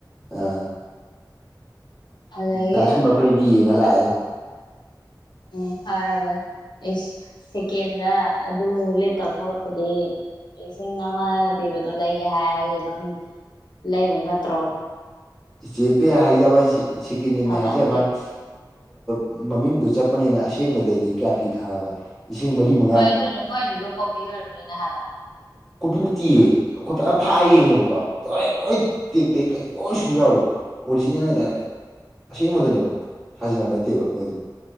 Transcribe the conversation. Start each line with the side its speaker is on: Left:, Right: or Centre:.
Centre: ꯑꯥ
Left: ꯑꯗꯒꯤ
Centre: ꯗꯥꯁꯤꯝꯕ ꯑꯩꯈꯣꯏꯗꯤ ꯌꯦꯡꯉ ꯂꯥꯛꯑꯦ ꯑꯗꯨꯝ
Left: ꯎꯝ ꯐꯔꯕꯅꯦ ꯏꯁ ꯁꯦꯀꯦꯟꯗ ꯑꯗꯨ ꯂꯤꯠꯇꯧ ꯁꯔꯨꯛꯄꯨꯗꯤ ꯂꯤꯁꯤꯡ ꯑꯃ ꯄꯤꯕꯗꯣ ꯂꯩꯒꯦ ꯍꯥꯏꯗꯤ ꯑꯗꯨꯝ ꯂꯩꯔꯨꯝ ꯐꯠꯇ꯭ꯔꯣ
Centre: ꯆꯦ ꯄꯦ ꯍꯥꯏꯖꯕꯩ ꯁꯦꯀꯦꯟꯗꯍꯦꯟꯅꯤ
Left: ꯐꯕ
Centre: ꯍꯥꯏꯖꯕꯅꯤ
Left: ꯑꯝꯗꯩ
Centre: ꯃꯃꯤꯡꯗꯣ ꯆꯠꯄꯅꯤꯅ ꯑꯁꯦꯡꯕꯗꯗꯤ ꯀꯌꯥ ꯄꯤ ꯈꯪꯉꯕ ꯂꯤꯁꯤꯡ ꯃꯔꯤ ꯃꯉꯥ
Left: ꯍꯣꯏ ꯑꯗꯨꯏꯅꯦ ꯃꯣꯏꯗꯨꯁꯨ ꯀꯣꯄꯤ ꯑꯣꯏꯔꯝꯗꯣꯏꯅꯦ ꯍꯥꯏꯕ
Centre: ꯀꯣꯏꯄꯤ ꯅꯠꯇꯦꯌꯦ ꯑꯩꯈꯣꯏꯄ ꯌꯥꯝ ꯐꯥ ꯌꯦꯡꯉꯦꯕꯀꯣ ꯇꯧꯔꯦ ꯂꯣꯏ ꯇꯦ ꯇꯦꯛ ꯀꯩ ꯂꯣꯏ ꯁꯨꯝꯕ ꯌꯥꯎꯔꯤ ꯑꯣꯔꯤꯖꯤꯅꯦꯜ ꯍꯥꯏꯇꯥꯔꯦ ꯑꯁꯦꯡꯕꯗꯨꯅꯦꯕ ꯁꯥꯖꯤꯟꯅꯕ ꯅꯠꯇꯦꯕ ꯃꯣꯏꯗ